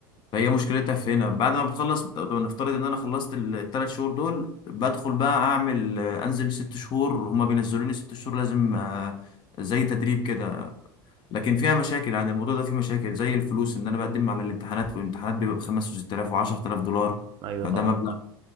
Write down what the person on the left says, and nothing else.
فهي
مشكلتها في هنا بعد ما بتخلص بت- نفترض إن أنا خلصت التلات شهور دول بدخل بقى أعمل آه، أنزل ست شهور هما بينزلوني ست شهور لازم آه زي تدريب كده لكن فيها مشاكل يعني الموضوع ده فيه مشاكل زي الفلوس ان انا بقدم على الامتحانات والامتحانات بيبقى ب 5 و6000 و10000 دولار
فده
مبلغ